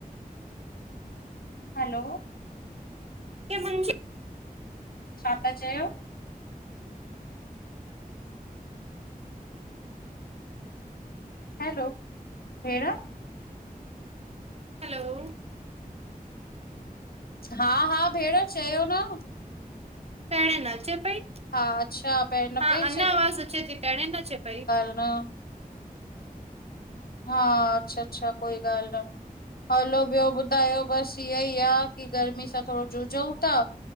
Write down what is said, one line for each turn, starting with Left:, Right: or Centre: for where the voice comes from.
Left: हलो --
Right: ही मुंहिंजी
Left: छा था चयो? हलो भेण
Right: हलो
Left: हा हा भेण चयो न।
Right: पहिणे न अचे पई
Left: हा अच्छा पहिर न
Right: हा
Left: पई
Right: अञा आवाज़ अचे थी पहिेंणे न अचे पई।
Left: सुनो हा अच्छा अच्छा कोई ॻाल्ह न। हलो ॿियो ॿुधायो बसि इहा ई आह की गर्मी सां थोरो जुझऊं था।